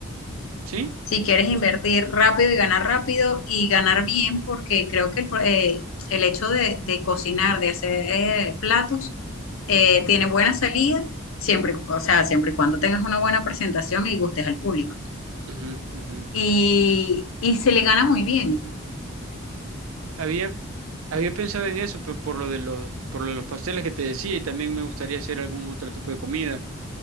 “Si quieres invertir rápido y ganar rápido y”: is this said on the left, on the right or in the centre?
Left